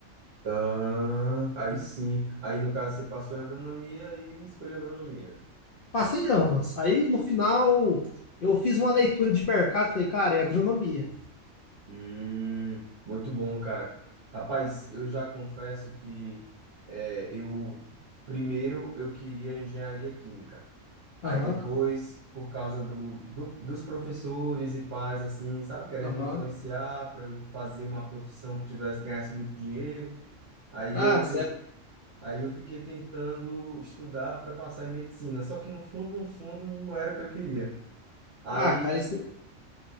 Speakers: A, on the right; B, on the left.
A: Ah, aí sim. Aí no caso você passou em agronomia e escolheu agronomia.
B: passei em ambas. Aí no final eu fiz uma leitura de mercado, falei, cara, é agronomia.
A: Hum, muito bom, cara. Rapaz, eu já confesso que é, eu primeiro eu queria engenharia química. Aí
B: Aham,
A: depois, por causa do, do- dos professores e pais, assim, sabe, querendo
B: aham.
A: me influenciar para eu fazer uma profissão que tivesse, ganhasse muito dinheiro. Aí
B: Ah,
A: eu,
B: isso
A: ten-
B: é.
A: aí eu fiquei tentando estudar para passar em medicina, só que no fundo, no fundo, não era o que eu queria. Aí
B: Ah, cara, isso. né-